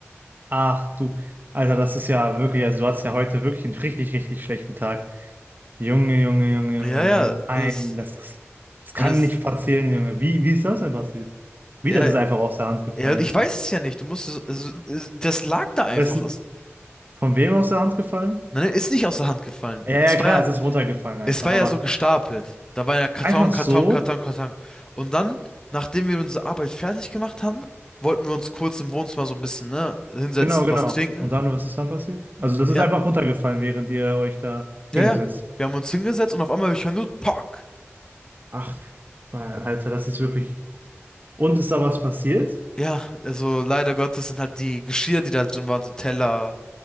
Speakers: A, on the right; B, on the left.
A: Ach du, Alter, das ist ja wirklich, also du hattest ja heute wirklich einen richtig, richtig schlechten Tag. Junge, Junge, Junge,
B: Ja,
A: Junge,
B: ja,
A: nein,
B: und es,
A: das ist, das kann
B: und es,
A: nicht passieren, Junge. Wie, wie ist das denn passiert? Wie,
B: ja,
A: das ist einfach aus der Hand gefallen.
B: ja, ich weiß es ja nicht, du musst, es, also, es, das lag da einfach,
A: Weißt du,
B: es,
A: von wem aus der Hand gefallen?
B: nein, ist nicht aus der Hand gefallen.
A: Ja, ja,
B: Es
A: klar,
B: war ja,
A: es ist runtergefallen einfach,
B: Es war
A: aber
B: ja so gestapelt. Da war ja Karton,
A: einfach
B: Karton,
A: so?
B: Karton, Karton. Und dann, nachdem wir unsere Arbeit fertig gemacht haben, wollten wir uns kurz im Wohnzimmer so ein bisschen, ne, hinsetzen,
A: Genau, genau.
B: was trinken.
A: Und dann, was ist dann passiert? Also das
B: Ja,
A: ist einfach runtergefallen, während ihr euch da
B: ja,
A: hingesetzt
B: ja.
A: habt.
B: Wir haben uns hingesetzt und auf einmal ich höre nur Pock.
A: Ach, Alter, das ist wirklich Und ist da was passiert?
B: Ja, also leider Gottes sind halt die Geschirr, die da drin waren, so Teller,